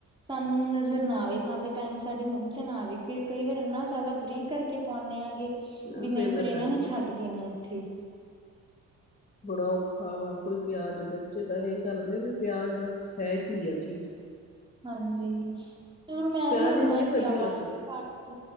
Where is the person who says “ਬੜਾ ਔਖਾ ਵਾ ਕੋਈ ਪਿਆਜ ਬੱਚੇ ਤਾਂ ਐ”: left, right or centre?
Left